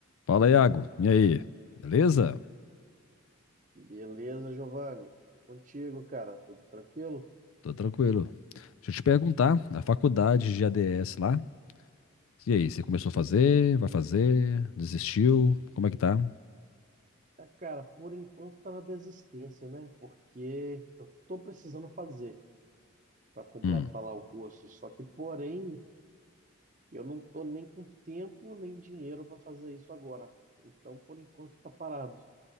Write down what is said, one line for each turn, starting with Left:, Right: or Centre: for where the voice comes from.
Left: Fala, Iago. E aí? Beleza?
Right: Beleza, Giovanni. E contigo, cara? Tudo tranquilo?
Left: Tô tranquilo. Deixa eu te perguntar, a faculdade de ADS lá, e aí, você começou a fazer, vai fazer, desistiu, como é que tá?
Right: É, cara, por enquanto tá na desistência, né? Porque eu tô precisando fazer para completar
Left: Hum,
Right: lá o curso. Só que, porém, eu não tô nem com tempo nem dinheiro para fazer isso agora. Então, por enquanto tá parado.